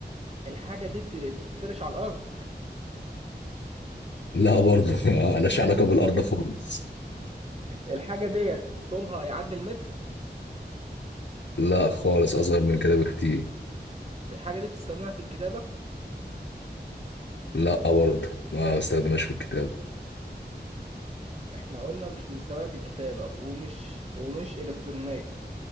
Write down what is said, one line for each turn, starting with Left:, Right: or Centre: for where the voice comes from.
Right: الحاجه دي بت- بتتفرش على الارض
Left: لا برضه <laughs> آه، ملهاش
Right: <laughs> بتتج-
Left: علاقه بالارض خالص
Right: الحاجه ديت طولها يعدي المتر
Left: لا خالص اصغر من كده بكتير
Right: الحاجه دي بتستخدمها في الكتابه
Left: لا برضه ما بستخدمهاش في الكتاب
Right: احنا قلنا مش بنستخدمها في الكتابه ومش ومش الكترونيه